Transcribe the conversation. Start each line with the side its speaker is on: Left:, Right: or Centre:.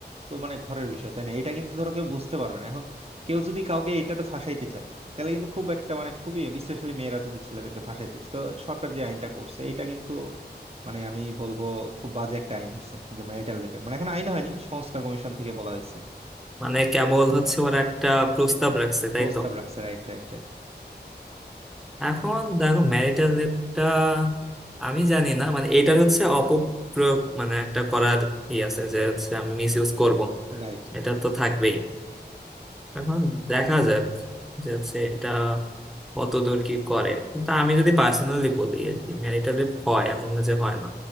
Right: তো মানে ঘরের বিষয় তাই না এটা কিন্তু ধরো কেউ বুঝতে পারবে না এখন কেউ যদি কাউকে এটাতে ফাঁসাইতে চায় তাহলে কিন্তু খুব একটা মানে খুবই স্পেশালি মেয়েরা যদি ছেলেদেরকে ফাঁসাইতে চায়, তো সরকার যে আইনটা করছে এটা কিন্তু মানে আমি বলবো খুব বাজে একটা আইন হয়েছে যে ম্যারিটাল রেপের মানে এখন আইন হয়নি সংস্কার কমিশন থেকে বলা হয়েছে
Centre: মানে কেবল হচ্ছে ওরা একটা প্রস্তাব রাখছে তাই
Right: প্রস্তাব
Centre: তো
Right: রাখছে Right right right
Centre: এখন দেখো ম্যারিটাল রেপটা আমি জানি না মানে এটার হচ্ছে অপপ্রয়োগ মানে একটা করার ই আছে যে হচ্ছে আমি মিস ইউজ করবো
Right: right
Centre: এটা তো থাকবেই এখন দেখা যাক যে হচ্ছে এটা কতদূর কি করে কিন্তু আমি যদি পার্সোনালি বলি আর কি ম্যারিটাল রেপ হয় এমন না যে হয় না